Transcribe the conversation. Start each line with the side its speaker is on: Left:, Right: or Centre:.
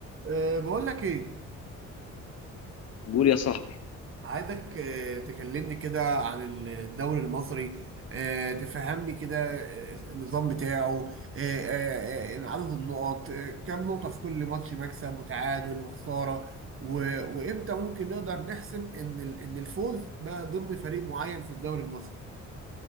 Right: أه، بقول لك ايه
Left: قول يا صاحبي
Right: عايزك أه، تكلمني كده عن الدوري المصري أه، تفهمني كده أه، النظام بتاعه أه، أه، أه، عدد النقط أه، كام نقطة في كل ماتش مكسب وتعادل وخسارة و- وامتى ممكن نقدر نحسم ان ال- ان الفوز بقى ضمن فريق معين في الدوري المصري